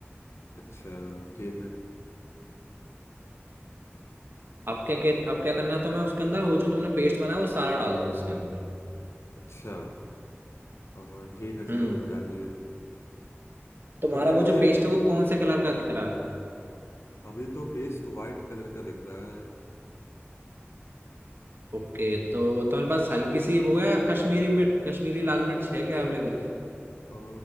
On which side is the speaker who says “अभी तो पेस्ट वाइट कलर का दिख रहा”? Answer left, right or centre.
Left